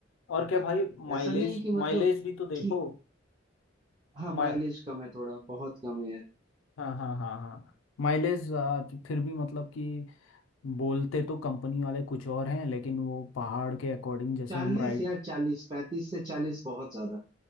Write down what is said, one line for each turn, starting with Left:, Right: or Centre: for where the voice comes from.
Left: और क्या
Right: पर
Left: भाई माइलेज
Right: ऐसा नहीं है कि मतलब
Left: माइलेज भी तो देखो
Right: कि हाँ
Left: माइ
Right: माइलेज कम है थोड़ा बहुत कम है यार
Left: हाँ हाँ हाँ हाँ माइलेज फिर भी मतलब कि बोलते तो कंपनी वाले कुछ और हैं लेकिन वो पहाड़ के अकॉर्डिंग जैसे
Right: चालीस
Left: हम राइट
Right: यार चालीस पैंतीस से चालीस बहुत ज्यादा